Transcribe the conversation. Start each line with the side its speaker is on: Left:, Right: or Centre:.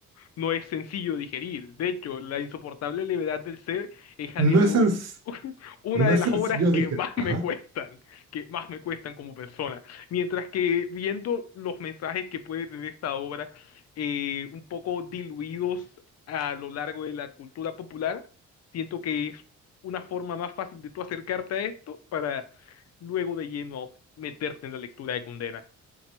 Left: no es sencillo digerir. De hecho, la insoportable levedad del ser es a
Right: No
Left: día de
Right: es,
Left: hoy
Right: en-
Left: <laughs> una
Right: no
Left: de
Right: es,
Left: las
Right: en-
Left: obras
Right: yo
Left: que
Right: dije,
Left: más
Right: ajá.
Left: me cuestan, que más me cuestan como persona. Mientras que viendo los mensajes que puede tener esta obra, eh, un poco diluidos a lo largo de la cultura popular, siento que es una forma más fácil de tú acercarte a esto para luego de lleno meterte en la lectura de Kundera.